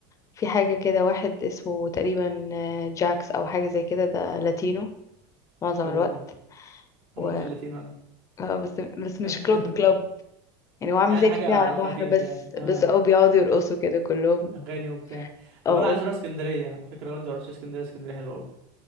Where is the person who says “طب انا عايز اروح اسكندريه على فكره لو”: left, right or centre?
Right